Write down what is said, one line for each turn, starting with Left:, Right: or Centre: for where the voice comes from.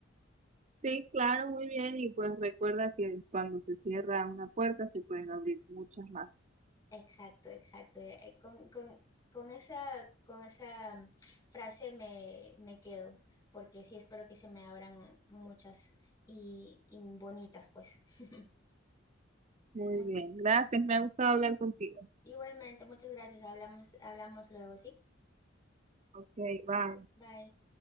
Right: Sí, claro, muy bien, y pues recuerda que cuando se cierra una puerta se pueden abrir muchas más.
Left: Exacto, exacto. eh, eh, con, con- con esa, con esa mm, frase me, me quedo, porque sí espero que se me abran muchas y, y bonitas, pues. <laughs>
Right: Muy
Left: Mu-
Right: bien, gracias, me ha gustado hablar contigo.
Left: Igualmente, muchas gracias. Hablamos, hablamos luego, ¿sí?
Right: Ok, bye.
Left: Bye.